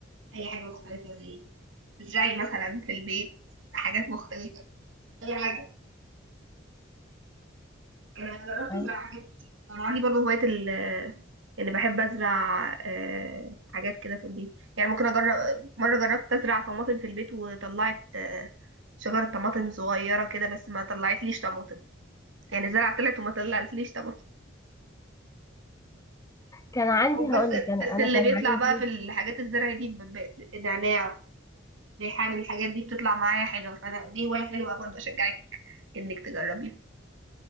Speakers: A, on the right; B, on the left.
A: اي حاجه مختلفه زي تزرعي مثلا في البيت حاجات مختلفه اي حاجه انا جربت
B: أيوة.
A: ازرع حاجات انا عندي برضه هوايه ال يعني بحب ازرع آه، حاجات كده في البيت يعني ممكن اجرب مره جربت ازرع طماطم في البيت وطلعت آه، شجره طماطم صغيره كده بس ما طلعتليش طماطم يعني زرع طلعت وما طلعتليش طبعا
B: كان عندي
A: بس
B: هقول لك انا
A: بس
B: انا
A: اللي
B: كان
A: بيطلع
B: عندي
A: بقى في الحاجات الزرع دي ب- ب- ب- نعناع ريحان الحاجات دي بتطلع معايا حلوة فانا دي هواية حلوة برضه اشجعك انك تجربيها